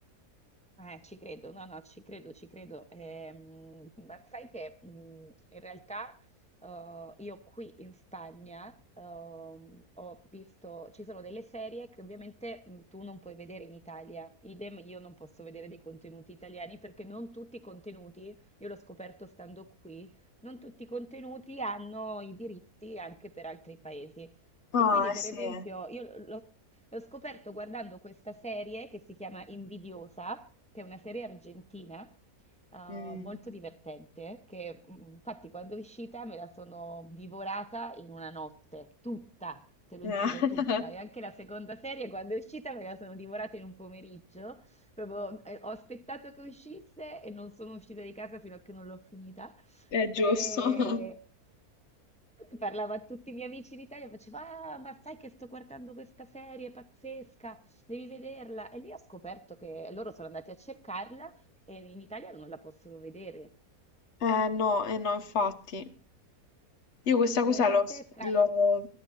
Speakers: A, in the centre; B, on the left (about 50°).
A: Eh, ci credo, no, no, ci credo, ci credo. Ehm, ma sai che mh, in realtà eh, io qui in Spagna ehm, ho visto, ci sono delle serie che ovviamente mh, tu non puoi vedere in Italia, idem io non posso vedere dei contenuti italiani perché non tutti i contenuti, io l'ho scoperto stando qui, non tutti i contenuti hanno i diritti anche per altri paesi.
B: Ah,
A: E quindi,
B: eh
A: per
B: sì.
A: esempio, io l'ho L'ho scoperto guardando questa serie che si chiama Invidiosa, che è una serie argentina, eh,
B: Mm.
A: molto divertente, che mm, infatti quando è uscita me la sono divorata in una notte, tutta, te lo
B: <laughs>
A: giuro, tutta. E anche la seconda serie quando è uscita me la sono divorata in un pomeriggio. Proprio, eh, ho aspettato che uscisse e non sono uscita di casa fino a che non l'ho finita.
B: Eh, È giusto.
A: E parlava a tutti i miei amici d'Italia, faceva, ah, ma sai che sto guardando questa serie pazzesca, devi vederla. E lì ho scoperto che loro sono andati a cercarla e in Italia non la possono vedere.
B: <laughs> Eh no, eh no, infatti. Io questa
A: È
B: cosa
A: veramente
B: l'ho
A: strano.
B: l'ho-